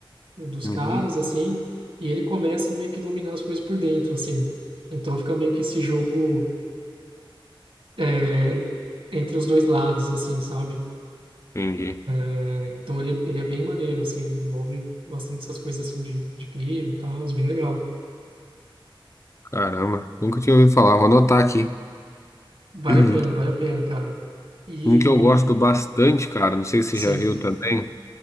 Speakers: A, on the right; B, on the left.
A: dos
B: Uhum.
A: caras, assim, e ele começa a meio que dominar as coisas por dentro, assim. Então fica meio que esse jogo é, entre os dois lados, assim, sabe?
B: Entendi.
A: É, então ele, é, ele é bem maneiro, assim, ele envolve bastante essas coisas, assim, de, de crime e tal, é bem legal.
B: Caramba, nunca tinha ouvido falar. Vou anotar aqui.
A: Vale
B: <clears throat>
A: a pena, vale a pena, cara. E...
B: Um que eu gosto bastante, cara. Não sei se
A: Sim.
B: você já viu também.